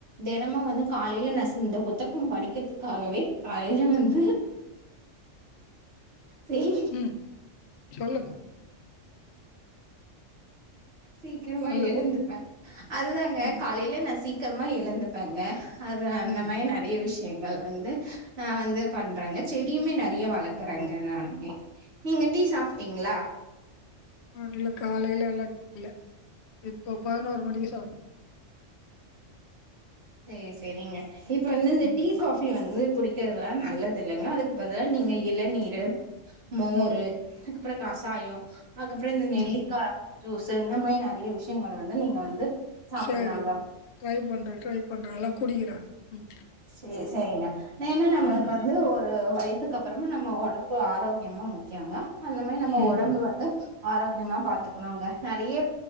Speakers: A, on the right; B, on the left.
A: தே னுமு வந்து காலையில நா ஸ் இந்த புத்தகம் படிக்கிறதுக்காகவே காலையில வந்து செரி
B: ம். சொல்லுங்க
A: சீக்கிரமா
B: ஹலோ.
A: எழுந்துப்பேன் அதுதாங்க
B: ம்,
A: காலையில நான் சீக் க்கிரமா எழுந்துப்பேங்க அது அந்த
B: ம்.
A: மாரி நெறைய விஷ் யங்கள் வந்து நான் வந்து பண்றேங்க செடியுமே நெறைய வளக்குறேங்க நானுமே நீங்க டீ சாப்பிட்டீங்களா
B: அம் இல்ல காலைல <unintelligible> ஒரு பதினொரு மணிக்கு சாப்ட
A: சரி சரிங்க இப்ப வந்து இந்த
B: ம்,
A: டீ காபி வந்து குடிக்கிறதுலா நல்லது இல்லைங்க அதுக்கு பதிலா நீங்க இளநீர் மோரு
B: ம்,
A: அதுக்கப்புறம் கசாயம் அதுக்கப்புறம் இந்த நெல்லிக்காய்
B: ம்.
A: ஜூஸ் இந்த மாதிரி நிறைய விஷயங்கள் வந்து நீங்க வந்து சாப்பிட்லாங்க
B: சரி ட்ரை பண்றன் ட்ரை பண்ற எல்லா குடிகிறா ம்
A: சரி சரிங்க என்ன்ன நம்மளுக்கு
B: ம்,
A: வந்து ஒரு வயச இதுக்கப்புறமா நம்ம உடம்பு ஆரோக்கியமும் முக்கியங்க அந்த மாதிரி நம்ம
B: ம்,
A: உடம்பு வந்து ஆரோக்கியமா பாத்துக்கணும்ங்க நிறைய